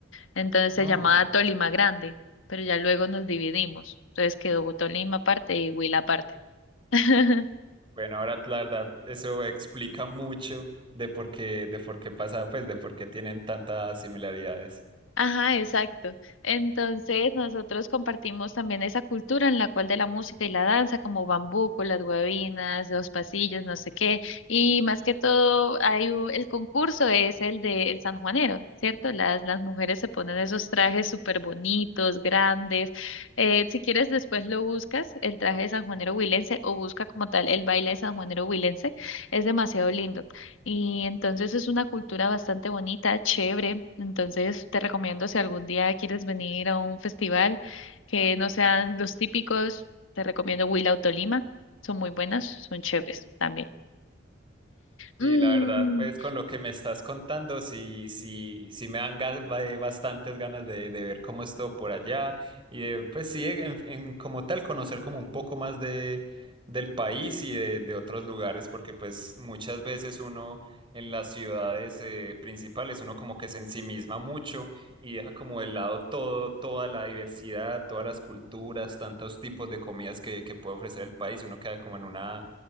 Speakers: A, on the left; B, on the right.
A: entonces se
B: No.
A: llamaba Tolima Grande, pero ya luego nos dividimos, entonces quedó Tolima aparte y Huila aparte. <laughs>
B: Bueno, ahora la verdad, eso explica mucho de por qué, de por qué pasa, pues de por qué tienen tantas similaridades.
A: Ajá, exacto. Entonces, nosotros compartimos también esa cultura en la cual de la música y la danza, como bambuco, las huevinas, los pasillos, no sé qué. Y más que todo, hay u- el concurso es el de el sanjuanero, ¿cierto? Las, las mujeres se ponen esos trajes súper bonitos, grandes. Eh, si quieres, después lo buscas, el traje de sanjuanero huilense, o busca como tal el baile de sanjuanero huilense. Es demasiado lindo. Y entonces es una cultura bastante bonita, chévere. Entonces te recomiendo si algún día quieres venir a un festival que no sean los típicos, te recomiendo Huila o Tolima. Son muy buenas, son chéveres también.
B: Y
A: Mm,
B: la verdad, pues con lo que me estás contando, sí, sí, sí me dan gas- ba- eh, bastantes ganas de, de ver cómo es todo por allá y de, pues sí, en, en- como tal, conocer como un poco más de, del país y de, de otros lugares, porque pues muchas veces uno en las ciudades eh, principales, uno como que se ensimisma mucho y deja como de lado todo, toda la diversidad, todas las culturas, tantos tipos de comidas que, que puede ofrecer el país y uno queda como en una